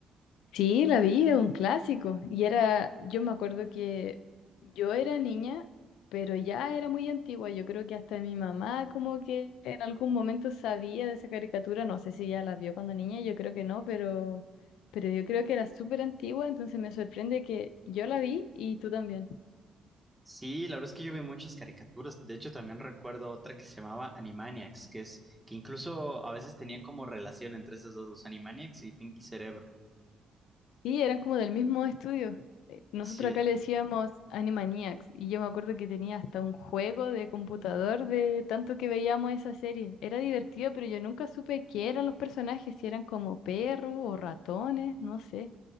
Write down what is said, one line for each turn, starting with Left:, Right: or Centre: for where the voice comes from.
Left: Sí, la vi, es un clásico. Y era, yo me acuerdo que yo era niña, pero ya era muy antigua. Yo creo que hasta mi mamá como que en algún momento sabía de esa caricatura. No sé si ya la vio cuando niña, yo creo que no, pero, pero yo creo que era súper antigua, entonces me sorprende que yo la vi y tú también.
Centre: Sí, la verdad es que yo vi muchas caricaturas. De hecho, también recuerdo otra que se llamaba Animaniacs, que es que incluso a veces tenían como relación entre esas dos, los Animaniacs y Pinky y Cerebro.
Left: Sí, eran como del mismo estudio. Eh, Nosotros
Centre: Sí,
Left: acá le decíamos Animaniacs y yo me acuerdo que tenía hasta un juego de computador de tanto que veíamos esa serie. Era divertido, pero yo nunca supe qué eran los personajes, si eran como perros o ratones, no sé.